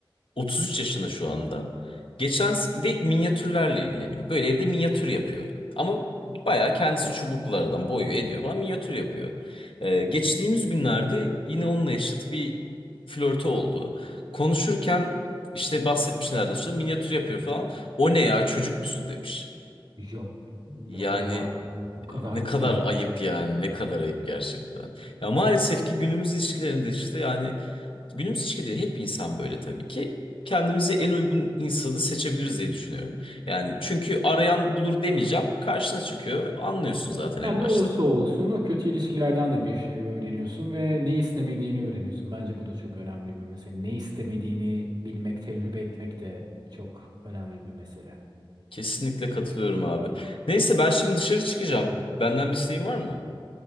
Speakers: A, on the left; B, on the right.
A: 33 yaşında şu anda. Geçen s- ve minyatürlerle ilgileniyor. Böyle evde minyatür yapıyor. Ama bayağı kendisi çubuklardan boyuyor ediyor falan minyatür yapıyor. Eee, geçtiğimiz günlerde yine onunla eşit bir flörtü oldu. Konuşurken işte bahsetmiş nerede sonra minyatür yapıyor falan. O ne ya çocuk musun demiş.
B: yok
A: Yani
B: ya oha o kadar
A: e, ne kadar
B: da değil
A: ayıp
B: be.
A: yani ne kadar ayıp gerçekten. Ya maalesef ki günümüz ilişkilerinde işte yani günümüz ilişkileri hep insan böyle tabii ki. Kendimize en uygun insanı seçebiliriz diye düşünüyorum. Yani çünkü arayan bulur demeyeceğim. Karşına çıkıyor. Anlıyorsun zaten
B: Yani
A: en
B: ne
A: başta.
B: olursa olsun o kötü ilişkilerden de bir şey öğreniyorsun ve ne istemediğini öğreniyorsun. Bence bu da çok önemli bir mesele. Ne istemediğini bilmek, tecrübe etmek de çok önemli bir mesele.
A: Kesinlikle katılıyorum abi. Neyse ben şimdi dışarı çıkacağım. Benden bir isteğin var mı?